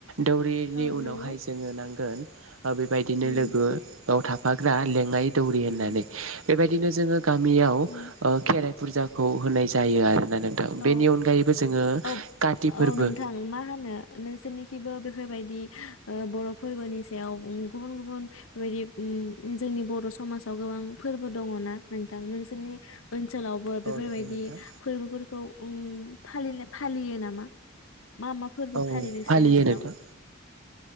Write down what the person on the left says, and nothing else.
औ
नंगौ
उम
उम
उम
औ
औ
औ नोंथां मा होनो नोंसोरनिखिबो बेफोर बेफोरबायदि बर फोरबोनि सायाव गुबुन गुबुन बेबायदि जोंनि बर समाजाव गोबां फोरबो दङ ना नोंथां नोंसोरनि ओनसोलावबो
बेफोरबायदि
फोरबोफोर नायखौ उम फालिनो फलियो नामा? मा मा फोरबो
फालि नोंसिनि
ओनसोलाव?